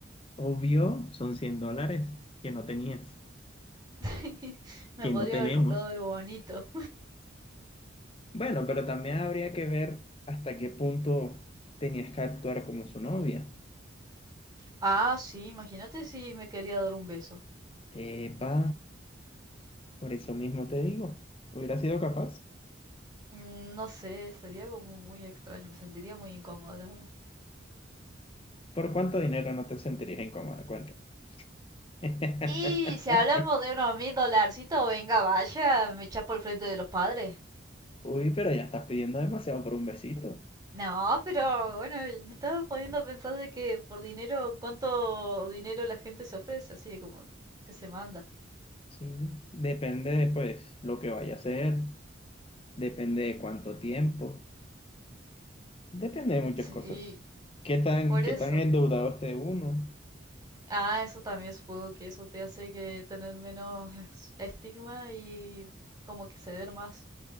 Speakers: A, on the left; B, on the right.
A: Obvio, son 100 dólares que no tenías,
B: <laughs> Me
A: que
B: podría
A: no tenemos.
B: haber comprado algo bonito.
A: Bueno, pero también habría que ver hasta qué punto tenías que actuar como su novia.
B: Ah, sí, imagínate si me quería dar un beso.
A: Epa, por eso mismo te digo, hubiera sido capaz.
B: Mm, No sé, sería como muy extraño, me sentiría muy incómoda, la verdad.
A: ¿Por cuánto dinero no te sentirías incómoda? Cuéntame. <laughs>
B: Y si hablamos de unos mil dolarcitos, venga, vaya, me chapo al frente de los padres.
A: Uy, pero ya estás pidiendo demasiado por un besito.
B: No, pero bueno, me estaba poniendo a pensar de que por dinero, cuánto dinero la gente se ofrece, así como que se manda.
A: Sí, depende de pues lo que vaya a hacer, depende de cuánto tiempo, depende de muchas
B: Sí,
A: cosas. ¿Qué tan,
B: por
A: qué
B: eso.
A: tan endeudado esté uno?
B: Ah, eso también supongo que eso te hace que tener menos es- estigma y como que ceder más.